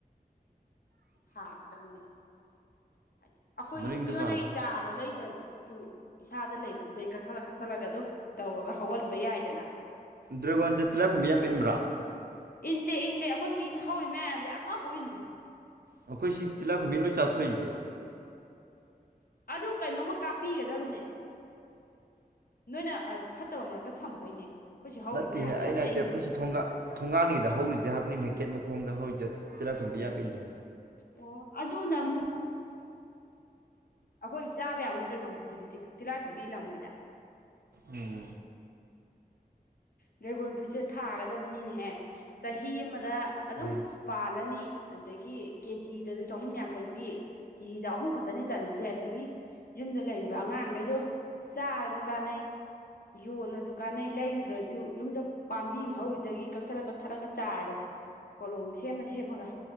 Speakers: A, on the left; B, on the right.
A: ꯊꯥꯒꯗꯕꯅꯦ ꯑꯩꯈꯣꯏ
B: ꯃꯅꯤꯡꯗ
A: ꯃꯤꯉꯣꯟꯗꯒꯤ
B: ꯄꯥꯜꯂꯦ
A: ꯆꯥ ꯑꯗꯣ ꯂꯩꯗ꯭ꯔꯥꯖꯤꯁꯨꯨ ꯏꯁꯥꯗ ꯂꯩꯕꯗꯨꯗꯩ ꯀꯛꯊꯠꯂ ꯀꯛꯊꯠꯂꯒ ꯑꯗꯨꯝ ꯇꯧꯔꯒ ꯍꯧꯍꯟꯕ ꯌꯥꯏꯗꯅ
B: ꯗ꯭ꯔꯦꯒꯣꯟꯁꯦ ꯇꯤꯂꯛꯈꯨꯝ ꯃꯤꯌꯥꯝ ꯏꯟꯕ꯭ꯔꯥ
A: ꯏꯟꯗꯦ ꯏꯟꯗꯦ ꯑꯩꯈꯣꯏ ꯁꯤ ꯍꯧꯔꯤ ꯃꯌꯥꯝꯁꯦ ꯑꯃꯕꯨ ꯏꯟꯗꯦ
B: ꯑꯩꯈꯣꯏ ꯁꯤꯗꯤ ꯆꯤꯂꯛꯈꯄ ꯃꯤ ꯂꯣꯏ ꯆꯥꯊꯣꯛꯣꯏꯏꯁꯤꯗꯤ
A: ꯑꯗꯨ ꯀꯩꯅꯣꯝꯃ ꯀꯥꯞꯄꯤꯒꯗꯕꯅꯦ ꯅꯣꯏꯅ ꯐꯠꯇꯕ ꯃꯔꯛꯇ ꯊꯝꯕꯩꯅꯦ ꯑꯩꯈꯣꯏ ꯁꯤ ꯍꯧꯔꯤ
B: ꯅꯠꯇꯦ
A: ꯃꯌꯥꯝꯁꯦ
B: ꯑꯩꯅ
A: ꯑꯝꯇ
B: ꯍꯥꯏꯇꯦ
A: ꯏꯟꯗꯦ
B: ꯈꯨꯣꯏꯠꯁꯤ ꯊꯣꯡꯒ ꯊꯣꯡꯒꯥꯡꯉꯗ ꯍꯧꯔꯤꯁꯦ ꯍꯥꯏꯕꯅꯤꯅ ꯒꯦꯠ ꯃꯈꯣꯡꯗ ꯍꯧꯔꯤꯁꯦ ꯇꯦꯔꯥꯈꯨꯟꯕꯤ ꯌꯥꯝ ꯏꯜꯂꯤ
A: ꯑꯣ ꯑꯗꯨꯅ ꯑꯃꯨꯛ ꯑꯩꯈꯣꯏ ꯆꯥꯕ ꯌꯥꯕ ꯗ꯭ꯔꯦꯒꯟ ꯐ꯭ꯔꯨꯠꯇꯨꯗꯤ ꯇꯤꯂꯥꯏꯈ ꯀꯝꯕꯤꯒꯤ ꯂꯝꯃꯣꯏꯗ
B: ꯎꯝ
A: ꯗ꯭ꯔꯦꯒꯣꯟ ꯐ꯭ꯔꯨꯏꯠꯁꯦ ꯊꯥꯒꯗꯕꯅꯤꯅꯦꯍꯦ ꯆꯍꯤ ꯑꯃꯗ ꯑꯗꯨꯝ
B: ꯎꯝ
A: ꯄꯥꯜꯂꯅꯤ ꯑꯗꯨꯗꯒꯤ ꯀꯦꯖꯤꯗꯁꯨ ꯆꯍꯨꯝ ꯌꯥꯡꯈꯩ ꯄꯤ ꯀꯦꯖꯤꯗ ꯑꯍꯨꯝ ꯈꯛꯇꯅꯤ ꯆꯜꯂꯤꯠꯂꯤꯁꯦ ꯑꯗꯒꯤ ꯌꯨꯝꯗ ꯂꯩꯔꯤꯕ ꯑꯉꯥꯡꯈꯩꯗꯣ ꯆꯥꯔꯁꯨ ꯀꯥꯟꯅꯩ ꯌꯣꯜꯂꯁꯨ ꯀꯥꯟꯅꯩ ꯂꯩꯔꯨꯗ꯭ꯔꯁꯨ ꯑꯗꯨ ꯌꯨꯝꯗ ꯄꯥꯝꯕꯤ ꯃꯔꯤꯗꯒꯤ ꯀꯛꯊꯠꯂ ꯀꯛꯊꯠꯂꯒ ꯆꯥꯔꯔꯣ ꯀꯣꯂꯣꯝ ꯁꯦꯝꯃ ꯁꯦꯝꯃꯒ